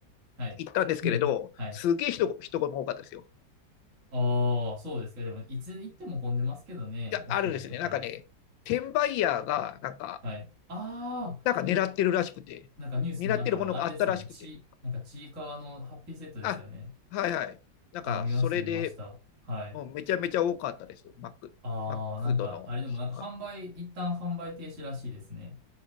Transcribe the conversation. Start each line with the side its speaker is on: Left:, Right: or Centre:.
Right: はい。
Left: 行ったんですけれど、
Right: うんはい。
Left: すげえ人、人が多かったですよ。
Right: ああ、そうですか。でも、いつ行っても混んでますけどね、
Left: や、
Right: お昼とかだったら。
Left: あるんですね。なんかね、転売ヤーが、なんか、
Right: はい。ああ、
Left: なんか狙ってるらしくて、
Right: なんかニュース見ました。
Left: 狙ってるものがあったらしくて、
Right: あの、あれですよね。ち、なんかちいかわのハッピーセットですよね。
Left: あ、はいはい。なんか、
Right: ああ、見ました、
Left: それで、
Right: 見ました。はい。
Left: もうめちゃめちゃ多かったですよ。マック、
Right: ああ、
Left: マックドの。
Right: なんか、あれでもなんか販売、
Left: あ、
Right: 一旦販売停止らしいですね。